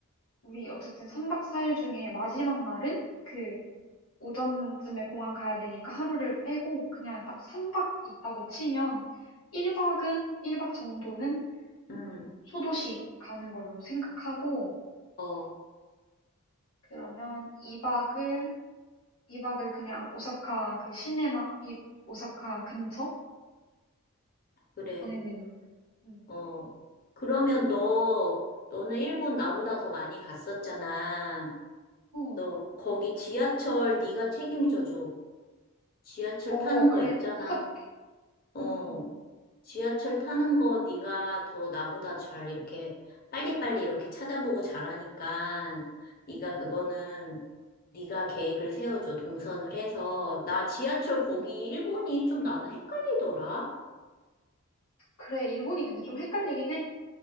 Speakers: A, on the left (about 90°); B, on the left (about 40°).
A: 우리 어쨌든 3박 4일 중에 마지막 날은 그 오전쯤에 공항 가야 되니까 하루를 빼고 그냥 딱 3박 있다고 치면 1박은 1박 정도는
B: 응,
A: 소도시 가는 걸로 생각하고
B: 어,
A: 그러면 2박을 2박을 그냥 오사카 그 시내나 이 오사카 근처에서
B: 그래.
A: 보내는 음.
B: 어. 그러면 너, 너는 일본 나보다 더 많이 갔었잖아.
A: 어,
B: 너 거기 지하철 네가 책임져줘. 지하철
A: 어
B: 타는
A: 그래.
B: 거 있잖아.
A: 찾아볼게.
B: 어.
A: 응, 응,
B: 지하철 타는 거 네가 더 나보다 잘 이렇게 빨리빨리 이렇게 찾아보고 잘하니까 네가 그거는
A: 응.
B: 네가 계획을 세워줘. 동선을 해서. 나 지하철 거기
A: 응. 응.
B: 일본이 좀 나는 헷갈리더라.
A: 그래. 일본이 근데 좀 헷갈리긴 해.